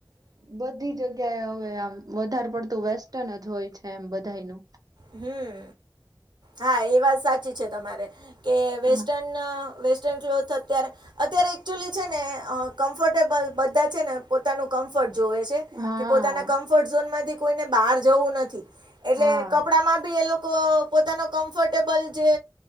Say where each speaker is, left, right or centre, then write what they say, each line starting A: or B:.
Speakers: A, on the right (about 55°); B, on the right (about 80°).
A: બધી જગ ગ્યાએ હવે આમ વધાર પડતું વેસ્ટર્ન જ હોય છે એમ બધાયનું.
B: હમ્મ, હા એ વાત સાચી છે તમારે. કે વેસ્ટર્ન
A: હા
B: અહ વેસ્ટર્ન ક્લોથ અત્યારે, અત્યારે એકચ્યુઅલી છે ને અહ કમ્ફર્ટેબલ બધા છે ને પોતાનું કમ્ફર્ટ જોવે છે,
A: હા
B: કે પોતાના કમ્ફર્ટ ઝોનમાંથી કોઈને બહાર જવું નથી એટલે
A: હા
B: કપડાંમાં બી એ લોકો પોતાનો કમ્ફર્ટેબલ જે